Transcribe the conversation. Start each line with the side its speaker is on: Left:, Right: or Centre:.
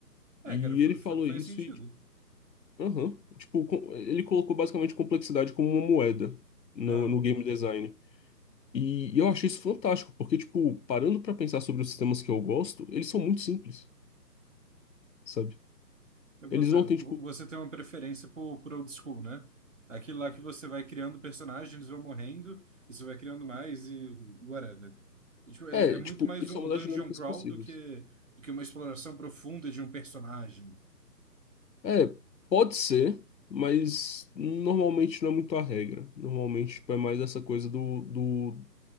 Right: É,
Left: E
Right: cara, fa-
Left: ele falou
Right: fa- faz
Left: isso
Right: sentido.
Left: e, tipo, aham, tipo, co- ele colocou basicamente complexidade como uma moeda no
Right: Aham.
Left: no game design. E eu achei isso fantástico, porque, tipo, parando pra pensar sobre os sistemas que eu gosto, eles são muito simples, sabe?
Right: Eu boto
Left: Eles
Right: fé.
Left: não
Right: V-
Left: têm, tipo.
Right: Você tem uma preferência por, por old school, né? Aquilo lá que você vai criando personagens, eles vão morrendo, e você vai criando mais e whatever. E, tipo, é,
Left: É,
Right: é muito
Left: tipo,
Right: mais
Left: isso
Right: um
Left: é uma
Right: um
Left: das
Right: dungeon
Left: dinâmicas
Right: crawl
Left: possíveis.
Right: do que, do que uma exploração profunda de um personagem.
Left: É, pode ser, mas normalmente não é muito a regra. Normalmente, tipo, é mais essa coisa do, do,